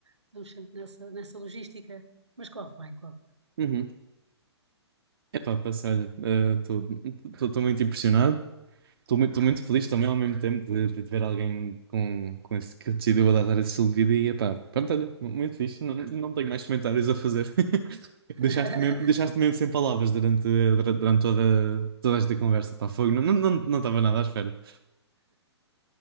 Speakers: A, on the right; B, on the right.
A: estamos sempre nessa, nessa logística. Mas corre bem, corre bem.
B: Uhum. Epá, passa, olha, estou muito impressionado, estou muito, tô muito feliz também ao mesmo tempo de, de ver alguém com, com esse, que decidiu adotar esse estilo de vida e epá, pronto, olha, mu- muito fixe, não, não tenho mais comentários a fazer. <laughs>
A: <laughs>
B: Deixaste-me mesmo, deixaste-me mesmo sem palavras durante, durante, durante toda, toda esta conversa, pá, fogo, não estava não, não, não estava nada à espera.